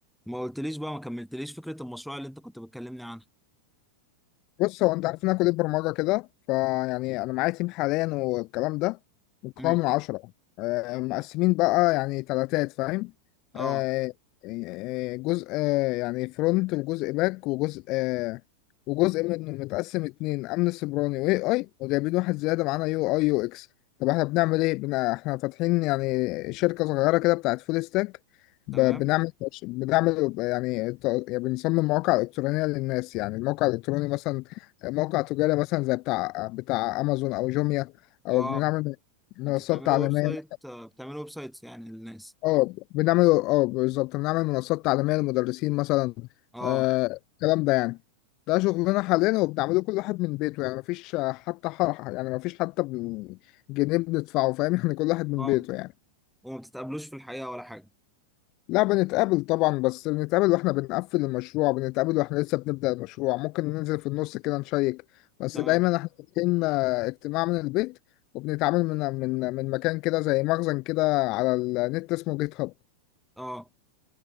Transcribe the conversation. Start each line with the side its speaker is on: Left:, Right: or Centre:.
Centre: ما قلتليش بقى ما كملتليش فكرة المشروع اللي انت كنت بتكلمني عنها
Left: بص هو انت عارف ان انا كليه برمجه كده فيعني انا معايا تيم حاليا والكلام ده مكون
Centre: امم
Left: من عشرة آه، مقسمين بقى يعني تلاتات فاهم
Centre: اه
Left: آه، آه، جزء آه، يعني فرونت وجزء باك وجزء آه، وجزء منه متقسم اتنين امن سيبراني واي اي وجايبين واحد زياده معانا يو اي يو اكس طب احنا بنعمل ايه بنا احنا فاتحين يعني شركه صغيره كده بتاعت فول ستاك ب-
Centre: تمام
Left: بنعمل بنعمل يعني, ط- يعني بنصمم مواقع الكترونيه للناس يعني الموقع الالكتروني مثلا موقع تجاري مثلا زي بتاع بتاع امازون او جوميا او
Centre: اه
Left: بنعمل منصات
Centre: انتوا بتعملوا
Left: تعليميه
Centre: ويب سايت آه، بتعملوا ويب سايتس يعني للناس
Left: اه بنعمل اه بالظبط بنعمل منصات تعليميه للمدرسين مثلا
Centre: اه
Left: آه الكلام ده يعني ده شغلنا حاليا وبنعمله كل واحد من بيته يعني مفيش حتى حرحة يعني مفيش حتى جنيه بندفعه فاهم <laughs> يعني كل واحد من
Centre: اه
Left: بيته يعني
Centre: وما بتتقابلوش في الحقيقة ولا حاجة
Left: لا بنتقابل طبعا بس بنتقابل واحنا بنقفل المشروع بنتقابل واحنا لسه بنبدأ المشروع ممكن ننزل في النص كده نشيك بس
Centre: تمام
Left: دايما احنا فاتحين آه، اجتماع من البيت وبنتعامل من من من مكان كده زي مخزن كده على النت اسمه جيت هاب
Centre: اه